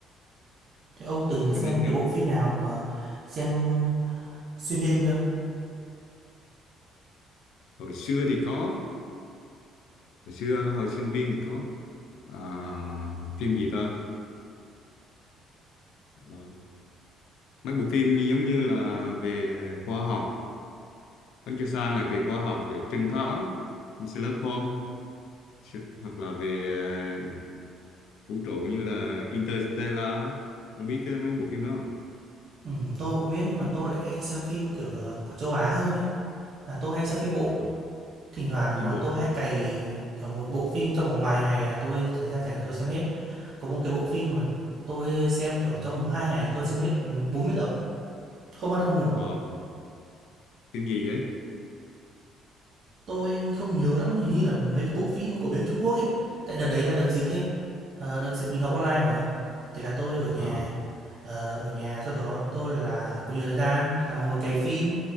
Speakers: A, on the right; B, on the left.
A: Thế ông từng
B: Cho
A: xem
B: nên
A: cái
B: ờ,
A: bộ phim nào mà xem xuyên đêm chưa?
B: hồi xưa thì có hồi xưa hồi sinh viên thì có à, phim gì ta Ờ, mấy bộ phim giống như là về khoa học Bánh Cho Sang là về khoa học về trinh thám như Sherlock Holmes Sự- hoặc là về ờ, vũ trụ như là Interstellar không biết cái mấy bộ phim đó không
A: Ừ, tôi cũng biết nhưng mà tôi lại hay xem phim kiểu ờ, của châu Á hơn ấy. À, tôi hay xem phim bộ.
B: à,
A: Thỉnh thoảng
B: phim
A: mà
B: bộ
A: tôi hay cày, kiểu, một bộ phim trong vòng vài ngày là tôi thời gian rảnh là tôi xem hết. Có một cái bộ phim mà tôi xem, kiểu, trong vòng 2 ngày tôi xem hết, ừ, bốn 40 tập, không ăn không ngủ.
B: wow phim gì vậy
A: Tôi không nhớ lắm, hình như là mấy cái bộ phim của bên Trung Quốc ấy. Tại đợt đấy là đợt dịch ấy. Ờ, đợt dịch mình học online mà. Thì là tôi ở nhà.
B: à
A: Ờ, ở nhà sau đó tôi là có nhiều thời gian thì là ngồi cày phim.